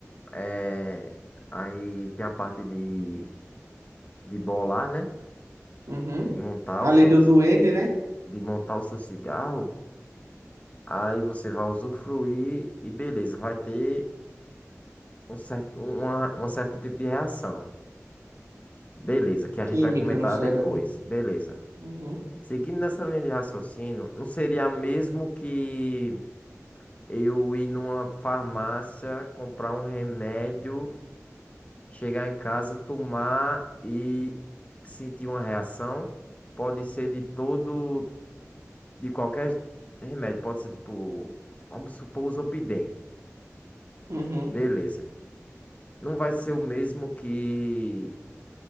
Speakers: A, on the left; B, on the right.
A: é, aí tem a parte de, de bolar, né?
B: Uhum.
A: De montar
B: A
A: os
B: lei
A: seus,
B: do duende, né?
A: de montar o seu cigarro. Aí você vai usufruir e beleza, vai ter um certo, uma, um certo tipo de reação. Beleza, que a gente
B: Química
A: vai comentar
B: no cérebro.
A: depois. Beleza.
B: Uhum.
A: Seguindo nessa linha de raciocínio, não seria mesmo que eu ir numa farmácia, comprar um remédio, chegar em casa, tomar e sentir uma reação? Pode ser de todo, de qualquer remédio. Pode ser tipo, vamos supor, o Zopidem.
B: Uhum.
A: Beleza. não vai ser o mesmo que